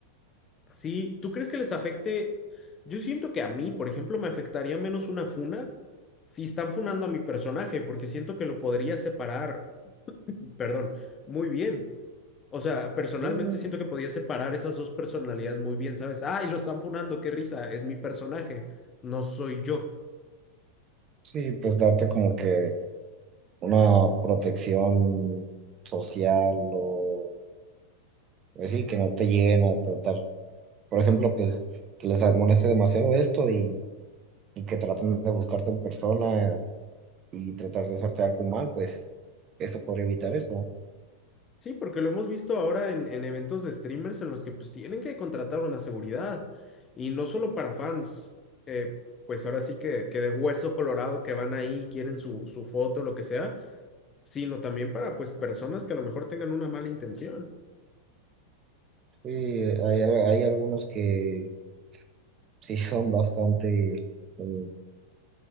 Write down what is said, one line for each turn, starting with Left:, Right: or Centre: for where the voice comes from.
Left: Sí, ¿tú crees que les afecte? Yo siento que a mí, por ejemplo, me afectaría menos una funa si están funando a mi personaje, porque siento que lo podría separar, <laughs> perdón, muy bien. O sea, personalmente
Right: Mm,
Left: siento que podría separar esas dos personalidades muy bien, ¿sabes? Ah, y lo están funando, qué risa, es mi personaje, no soy yo.
Right: Sí, pues darte como que una protección social o pues sí, que no te lleguen a tratar. Por ejemplo, pues que les moleste demasiado esto y, y que traten de buscarte en persona y tratar de hacerte algo mal, pues eso podría evitar eso.
Left: Sí, porque lo hemos visto ahora en, en eventos de streamers en los que pues tienen que contratar una seguridad y no solo para fans, eh, pues ahora sí que, que de hueso colorado que van ahí y quieren su, su foto, lo que sea, sino también para pues personas que a lo mejor tengan una mala intención.
Right: Sí, hay, hay algunos que sí son bastante... eh,